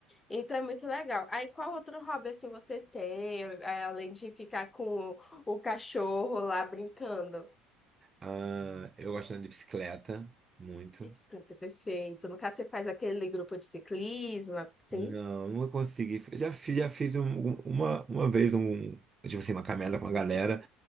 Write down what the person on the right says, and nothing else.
Ah, eu gosto de andar de bicicleta, muito.
Não, nunca consegui. Eu já fiz, já fiz um- um- uma, uma vez um, tipo assim, uma caminhada com a galera,